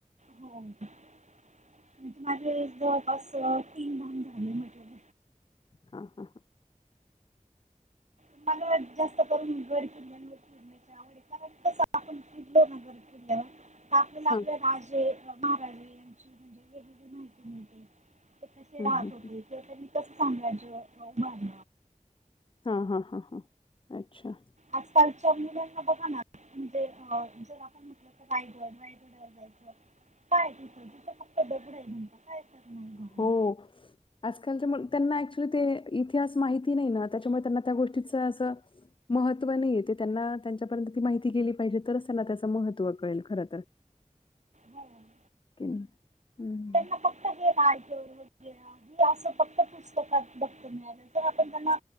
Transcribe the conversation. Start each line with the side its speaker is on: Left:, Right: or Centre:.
Right: हो म्हणजे माझे जवळपास तीन भाग झाले म्हटल.
Left: हा हा
Right: <unintelligible> <unintelligible> आपल्याला
Left: हां
Right: आपले राजे महाराजे यांची म्हणजे वेगवेगळी माहिती मिळते. कसे
Left: हं,
Right: राहत
Left: हं,
Right: होते
Left: हं.
Right: किंवा त्यांनी कसं साम्राज्य उभारल
Left: हां हां हां हां अच्छा.
Right: आजकालच्या मुलांना बघा ना म्हणजे अ जर आपण म्हटलं तर रायगड रायगड काय आहे तिथं तिथे फक्त दगड आहे म्हणता. काय करणार जाऊन.
Left: हो. आजकालच्या मुल त्यांना ऍक्च्युली ते इतिहास माहिती नाही ना त्याच्यामुळे त्यांना त्या गोष्टीच असं महत्त्व नाहीये ते त्यांना त्यांच्यापर्यंत ती माहिती गेली पाहिजे तरच त्यांना त्याचं महत्त्व कळेल खर तर.
Right: हो.
Left: क हम् ह
Right: <unintelligible> ते असं फक्त पुस्तकात बघता मिळालंं जर आपण त्यांना